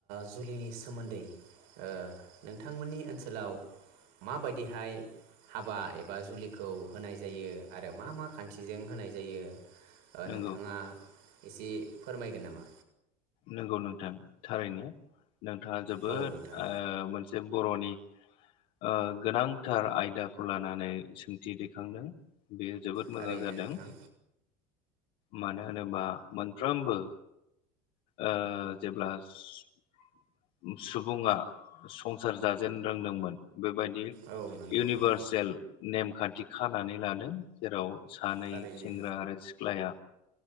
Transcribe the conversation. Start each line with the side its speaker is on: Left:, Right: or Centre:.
Right: जुलिनि सोमोन्दै ओ नोंथांमोननि ओनसोलाव माबायदिहाय हाबा एबा जुलिखौ होनाय जायो आरो मा मा खान्थिजों होनाय जायो। ओ
Left: नंगौ
Right: नोंथाङा। एसे फोरमायगोन नामा।।
Left: नंगौ नोंथां थारैनो। नोंथाङा जोबोद
Right: औ नोंथां
Left: ओ मोनसे बर'नि। ओ गोनांथार आयदाखौ लानानै सोंथि दैखांदों। बेयो जोबोद
Right: थारैनो
Left: मोजां जादों।
Right: नोंथां
Left: मानो होनोबा मोनफ्रोमबो। ओ जेब्ला सु-सुबुङा संसार जाजेन रोंदोंमोन। बेबायदि
Right: औ नंगौ
Left: इउनिभारसेल
Right: नोंथां।
Left: नेमखान्थि खानानै। लादों जेराव। सानै
Right: थारैनो
Left: सेंग्रा आरो सिख्लाया।